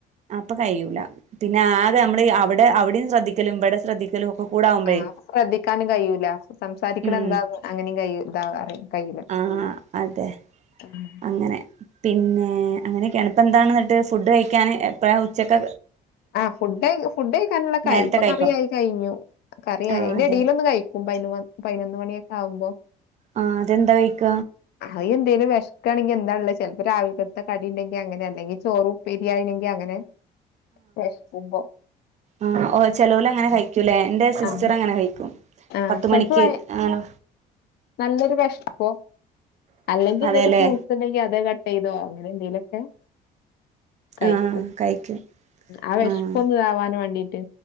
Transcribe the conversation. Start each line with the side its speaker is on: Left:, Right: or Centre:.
Right: അപ്പൊ കയ്യൂല പിന്നെ ആകെ നമ്മള് അവിടെ അവിടിം ശ്രദ്ധിക്കലും ഇവിടിം ശ്രദ്ധിക്കലും ഒക്കെ കൂടെ ആവുമ്പോഴേ
Left: ആഹ് അ ശ്രദ്ധിക്കാനും കയ്യൂല സംസാരിക്കണ
Right: ഉം
Left: എന്താന്ന് അങ്ങനെയും <unintelligible> കയിയൂല
Right: അ ആ അതെ
Left: <unintelligible>
Right: അങ്ങനെ പിന്നെ അങ്ങനെയൊക്കെയാണ് ഇപ്പ എന്താണ് എന്നിട്ട് ഫുഡ് കഴിക്കാൻ എപ്പയാ ഉച്ചക്കാ
Left: ആ ഫുഡ് ഫുഡ് കഴിക്കാനുള്ളതൊക്കെ
Right: നേരത്തെ
Left: യായി ഇപ്പൊ
Right: കഴിക്കോ
Left: കറി ആയി കഴിഞ്ഞു കറിയായി
Right: ആഹ്
Left: അതിന്റെ
Right: അതെ
Left: ഇടിലൊന്ന് കഴ്ഞ്ഞു <unintelligible> പതിനൊന്ന് മണിയൊക്കെ ആകുമ്പോ
Right: ആഹ് അതെന്താ കഴിക്ക
Left: അഹ് അത്‌ എന്തേലും വിശക്കാണെങ്കിൽ എന്താണ്ള്ളത് ചെൽപ്പോ രാവിലക്കത്തെ കടി ഇൻണ്ടെങ്കിൽ അങ്ങനെ അല്ലെങ്കിൽ ചോറും ആയെങ്കിൽ അങ്ങനെ വെശ്ക്കുമ്പോ
Right: ആ ഓ ചെലോൽ അങ്ങനെ കഴിക്കൂലേ എന്റെ സിസ്റ്റർ
Left: ആഹ്
Right: അങ്ങനെ കഴിക്കും
Left: ആഹ്
Right: പത്ത്
Left: ചെലപ്പോ
Right: മണിക്ക് ആണ്
Left: നല്ലൊരു വെശപ്പോ അല്ലെങ്കിൽ എന്തെങ്കിലും
Right: അതെല്ലേ
Left: ഫ്രൂ ട്സ് ൻകിൽ അത്‌ കട്ട് ചെയ്തോ അങ്ങനെ എന്തെങ്കിലുമൊക്കെ കഴിക്കും
Right: ആഹ് കഴിക്കും
Left: ആ വിശപ്പൊന്ന്
Right: ആഹ്
Left: ഇതാവാൻ വേണ്ടിട്ട്